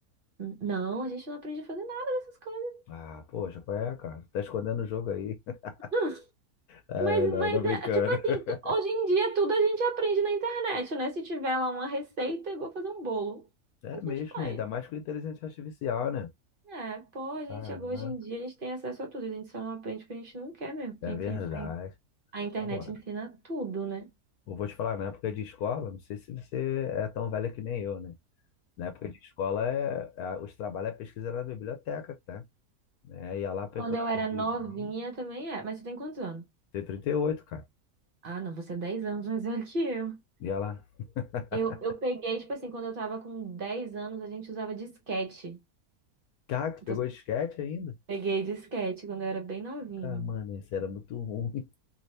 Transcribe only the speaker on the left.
Ah, poxa, qual é, cara? Tá escondendo o jogo aí. <laughs>
Ah,
não,
tô brincando.
<laughs>
É
mesmo,
né? Ainda mais com inteligência artificial, né?
Caraca,
é
verdade.
Bom, mano,
eu vou te falar, na época de escola, não sei se você é tão velha que nem eu, né? Na época de escola, é, a- os trabalhos, a pesquisa era na biblioteca, tá? É, ia lá procurar
os
livrinhos.
Tem 38, cara.
Ia lá. <laughs>
Cara, tu
pegou
disquete ainda?
Cara, mano, isso era muito ruim.